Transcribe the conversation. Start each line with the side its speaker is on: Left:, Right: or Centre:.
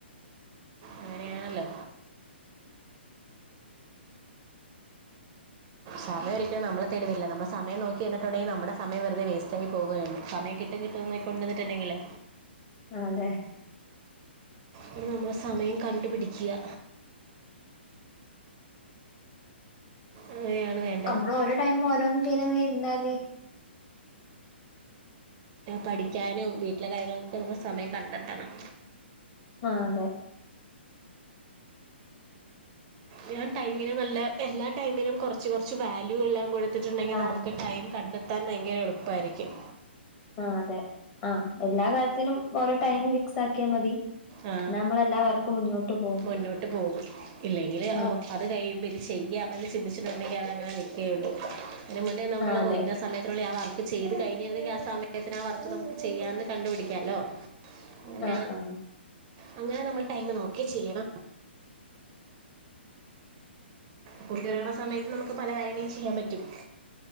Right: അങ്ങനെയാണല്ലോ സമയം ഒരിക്കലും നമ്മളെ തേടിവരില്ല നമ്മള് സമയം നോക്കിരിന്നിട്ടുണ്ടെങ്കി നമ്മടെ സമയം വെറുതെ വേസ്റ്റ് ആയി പോവേള്ളൂ സമയം കിട്ട കിട്ടും കിട്ടുംന്ന് നോക്കിയോണ്ടിരുന്ന്ട്ട്ണ്ടെങ്കില്
Left: ആ അതെ
Right: ഇനി നമ്മള് സമയം കണ്ടുപിടിക്ക്യ അങ്ങനെയാണ് വേണ്ടത്
Left: നമ്മള് ഓരോ ടൈം ഓരോന്നും ചെയ്തവടെ ഇരുന്നാല്
Right: പഠിക്കാനും വീട്ടിലെ കാര്യങ്ങൾക്കൊക്കെ സമയം കണ്ടെത്തണം
Left: ആ അതെ
Right: ഞാൻ ടൈമിന് നല്ല എല്ലാ ടൈമിനും കൊറച്ച് കൊറച്ച് വാല്യൂ എല്ലാം കൊടു ത്തിട്ടുണ്ടെങ്കി
Left: ആഹ്
Right: നമുക്ക് ടൈം കണ്ടെത്താൻ ഭയങ്കര എളുപ്പായിരിക്കും
Left: ആ അതെ ആ എല്ലാ കാര്യത്തിനും ഓരോ ടൈമ് ഫിക്സ് ആക്കിയാ മതി
Right: ആ
Left: എന്നാ നമ്മളെ എല്ലാ വർക്കും മുന്നോട്ട് പോകും
Right: മുന്നോട്ട് പോകും ഇല്ലെങ്കില് ഓ
Left: ആഹ്
Right: അത് കഴിയുമ്പ ഇത് ചെയ്യാം എന്ന് ചിന്തിച്ചിട്ടുണ്ടെങ്കി അത് അങ്ങനെ നിക്കേയുള്ളൂ അയിന് മുന്നേ നമ്മള്
Left: ആഹ് അതെ
Right: ഓ ഇന്ന സമയത്തിനുള്ളിൽ ആ വർക്ക ക്ക് ചെയ്ത് കഴിഞ്ഞിരുന്നെങ്കിൽ ആ സമയത്തിനാ വർക്ക് നമുക്ക് ചെയ്യാന്ന് കണ്ടുപിടിക്കാലോ അയ
Left: ആഹ് ആഹ്
Right: അങ്ങനെ നമ്മള് ടൈമ് നോക്കി ചെയ്യണം തുണി കഴുകണ സമയത്ത് നമുക്ക് പല കാര്യങ്ങളും ചിയ്യാൻ പറ്റും